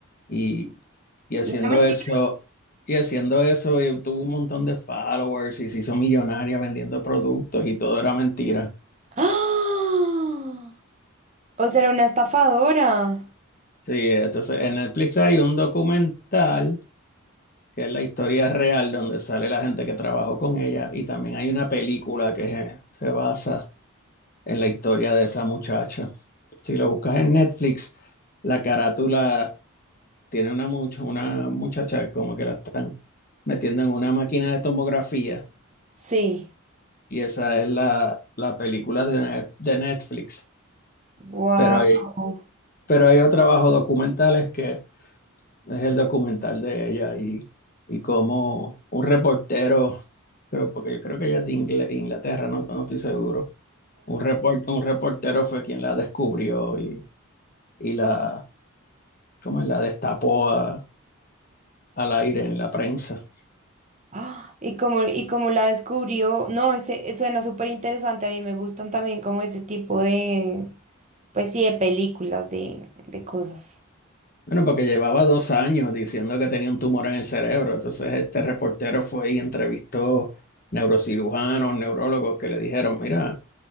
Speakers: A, on the left; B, on the right.
A: y, y haciendo
B: Y era mentira.
A: eso, y haciendo eso, y tuvo un montón de followers y se hizo millonaria vendiendo productos y todo era mentira.
B: <gasps> ¡Ah! O sea, era una estafadora.
A: Sí, entonces en Netflix hay un documental que es la historia real donde sale la gente que trabajó con ella, y también hay una película que se se basa en la historia de esa muchacha. Si lo buscas en Netflix, la carátula tiene una, mucha una muchacha como que la están metiendo en una máquina de tomografía
B: Sí.
A: y esa es la, la película de, Ne- de Netflix.
B: Wow.
A: Pero hay, pero hay otro trabajo documentales que es el documental de ella y, y como un reportero, creo, porque yo creo que ella es de Ingle- Inglaterra, no, no estoy seguro. Un, report, un reportero fue quien la descubrió y, y la, ¿cómo es? la destapó a- al aire en la prensa.
B: ¡Ah! Y como, y como la descubrió, no, ese, suena súper interesante. A mí me gustan también como ese tipo de, pues sí, de películas, de, de cosas.
A: Bueno, porque llevaba dos años diciendo que tenía un tumor en el cerebro. Entonces este reportero fue y entrevistó neurocirujanos, neurólogos que le dijeron, mira,